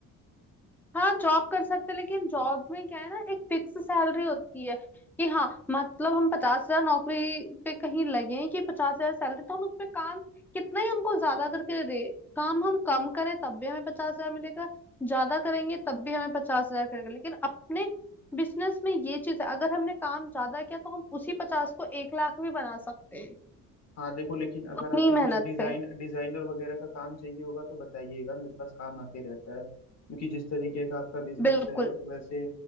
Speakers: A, in the centre; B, on the left.
A: हाँ जॉब कर सकते हैं, लेकिन जॉब में क्या है ना एक फिक्स सैलरी होती है कि हाँ मतलब हम पचास हजार नौकरी पे कहीं लगे हैं कि पचास हजार सैलरी तो हम उसमें काम कितना ही उनको ज्यादा करके दे काम हम कम करें तब भी हमें पचास हजार मिलेगा ज्यादा करेंगे तब भी हमें पचास हजार करेगा लेकिन अपने बिजनेस में ये चीज है अगर हमने काम ज्यादा किया तो हम उसी पचास को एक लाख भी बना सकते हैं
B: हाँ देखो लेकिन अगर
A: उतनी
B: आपको
A: मेहनत
B: कुछ डिजाइन
A: पे
B: डिजाइनर वगैरह का काम चाहिए होगा तो बताइएगा मेरे पास काम आते रहता है क्योंकि जिस तरीके का आपका बिजनेस
A: बिल्कुल
B: है वैसे